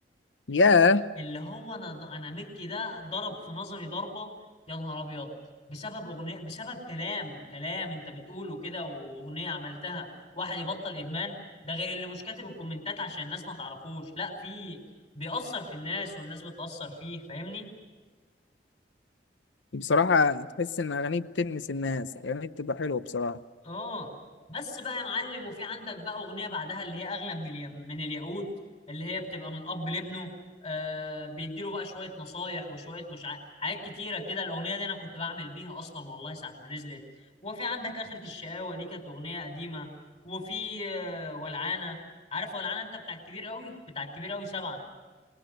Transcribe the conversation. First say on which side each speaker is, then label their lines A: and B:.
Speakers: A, on the left; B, on the left.
A: ياه
B: اللي هو انا انا مكي ده ضرب في نظري ضربة يا نهار ابيض بسبب اغنية بسبب كلام كلام انت بتقوله كده واغنية عملتها واحد يبطل ادمان ده غير اللي مش كاتب الكومنتات عشان الناس ما تعرفوش لا في بيأثر في الناس والناس بتأثر فيه فاهمني
A: بصراحه تحس ان اغانيه بتلمس الناس اغانيه بتبقى حلوه بصراحه
B: اه بس بقى يا معلم وفي عندك بقى اغنيه بعدها اللي هي اغلى من اليم من الياقوت اللي هي بتبقى من اب لابنه آه بيديله بقى شويه نصايح وشويه مش عارف حاجات كتيره كده الاغنيه دي انا كنت بعمل بيها اصلا والله ساعه ما نزلت وفي عندك اخره الشقاوه دي كانت اغنيه قديمه وفي آه ولعانه عارف ولعانه انت بتاع الكبير قوي بتاع الكبير قوي سبعه